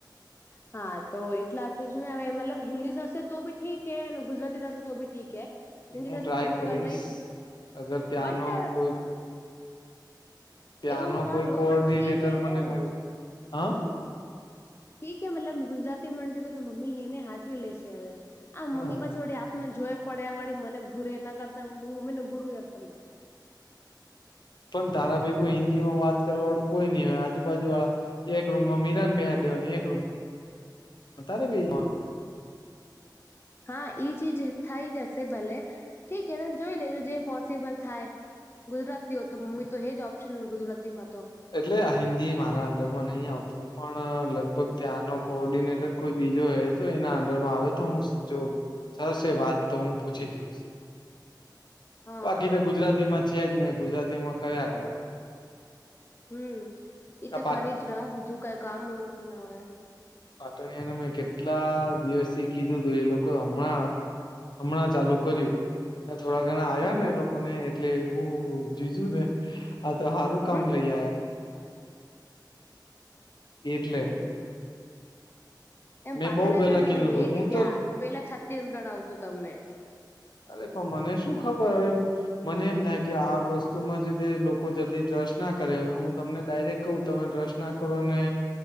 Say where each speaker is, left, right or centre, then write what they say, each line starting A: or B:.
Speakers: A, on the left (about 30°); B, on the left (about 70°).
A: હા તો એટલા આટું જ ને હવે મતલબ હિન્દી સાથેશે તો બી ઠીક હે અને ગુજરાતી થશે તો બી ઠીક હે
B: એ
A: હિન્દી
B: હું
A: થશે
B: ટ્રાય
A: તો
B: કરીશ
A: કરી લઈશ
B: અગર ત્યાંનો
A: બટ
B: કોઈ ત્યાંનો
A: એવું ના
B: કોઈ
A: લો
B: કોર્ડિનેટર
A: બટ ઠીક હે
B: મને
A: ને
B: મળી હ
A: ઠીકે મતલબ ગુજરાતી માણ જશે તો મમ્મી હે ને હાંચવી લેશે હવે આમ
B: હમ
A: મમ્મી પાછી વળી આપને જોઈ પડે વળી મને ઘુરે એના કરતાં હું મમ્મીને ગુરુયખર લાગે
B: પણ તારા ભેગું હિન્દી માં વાત કરવાળું કોઈ નઈ હોય આજુબાજુ વાળા એક રૂમમાં મિરાને બેહડી દેવાની એક રૂમમાં તારે બેહી જવાનુ
A: હા એઈ ચીજ થઈ જશે ભલે ઠીક હે ને જોઈ લેજો જે પોસિબલ થાય ગુજરાતી હો તો મમ્મી તો હ જ ઓપ્શન ગુજરાતીમાં તો
B: એટલે આ હિન્દી મારા અંડરમાં નહી આવતું હુ પણ લગભગ ત્યાંનો કોર્ડિનેટર કોઈ બીજો હ તો એના અંડરમાં આવે તો હું જો સરશે વાત તો હું પૂછી જોઈશ
A: <inaudible>
B: બાકી
A: હા
B: તો ગુજરાતી
A: ઠીક
B: માં
A: હે
B: છે જ ને ગુજરાતી માં કયરા કરો
A: હમ એઈ
B: આ
A: તો કરી જ ર બીજું કઈ કામ હોય કે ના હોય
B: પાતણીિયા અને મે કેટલા દિવસથી કીધું તું એ લોકો હમણાં હમણાં ચાલુ કર્યું થોડા ઘણા આવ્યા
A: હમ
B: ને
A: હમ
B: એ લોકો ને એટલે હું જીજુ ને આ તો હા કામ
A: હમ
B: લઈ આયા એટલે
A: એમ
B: મેં
A: પાટણ
B: બઉ પેલા
A: કાર તમે
B: કીધું
A: લેટ
B: તું હું
A: ગયા
B: તો
A: પેલા છત્તીસગઢ આવતું તમને
B: અરે પણ મને શું ખબર હવે મને એમ થાય કે આ વસ્તુ માં જે તે લોકો જલ્દી ટ્રસ્ટ ના કરે હવે હું તમને ડાયરેક્ટ કહું તમે ટ્રસ્ટ ના કરો ને